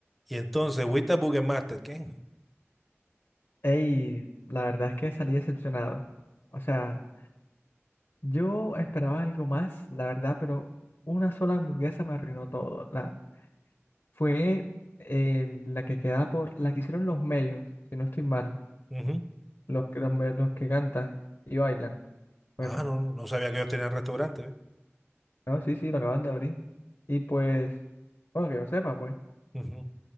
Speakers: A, in the centre; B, on the left.
A: Y entonces, Wita Bugenmaster, ¿qué?
B: Ey, la verdad es que salí decepcionado. O sea, yo esperaba algo más, la verdad, pero una sola hamburguesa me arruinó todo. La, fue eh, la que quedaba por, la que hicieron los mellos, si no estoy mal,
A: Ujú.
B: los que, los, me- los que cantan y bailan. Bueno,
A: Ah, no, no no sabía que yo tenía restaurante, ¿ve?
B: no, sí, sí, lo acaban de abrir. Y pues, bueno, que yo sepa, pues.
A: Ujú,